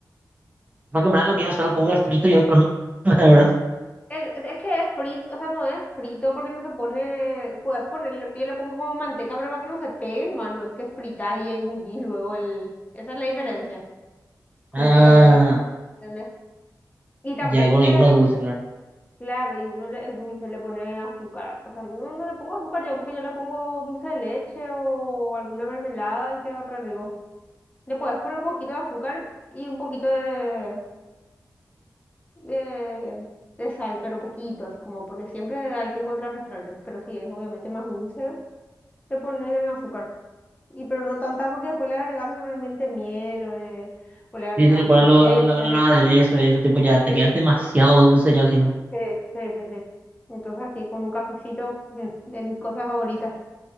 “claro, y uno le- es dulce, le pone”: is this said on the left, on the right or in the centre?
Left